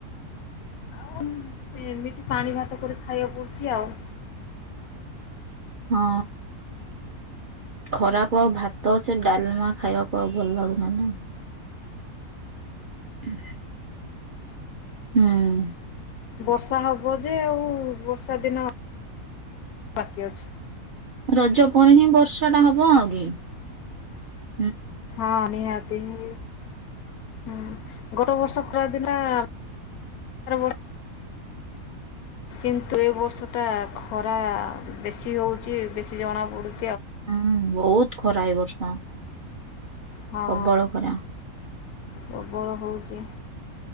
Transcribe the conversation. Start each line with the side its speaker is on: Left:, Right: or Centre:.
Left: ଆଉ ଏମିତି ପାଣି ଭାତ କରି ଖାଇବାକୁ ପଡୁଚି ଆଉ।
Right: ହଁ ଖରାକୁ ଆଉ ଭାତ ସେ ଡାଲମା ଖାଇବାକୁ ଆଉ ଭଲ ଲାଗୁନି ନା <inaudible> ହୁଁ
Left: ବର୍ଷା ହବ ଯେ ଆଉ ବର୍ଷା ଦିନ ବାକି ଅଛି।
Right: ରଜ କଣ ହି ବର୍ଷଟା ହବ ଆଗେ। <inaudible>
Left: ହଁ ନିହାତି ହି ହୁଁ ଗତ ବର୍ଷ ଖରାଦିନ। ଗତ ବର୍ଷ ଖରା ଦିନ ଥିଲା। କିନ୍ତୁ ଏ ବର୍ଷଟା ଖରା ବେଶୀ ହଉଛି ବେଶୀ ଜଣାପଡୁଛି।
Right: ହୁଁ ବହୁତ ଖରା ଏ ବର୍ଷ
Left: ହଁ
Right: ପ୍ରବଳ ଖରା
Left: ପ୍ରବଳ ହେଉଛି।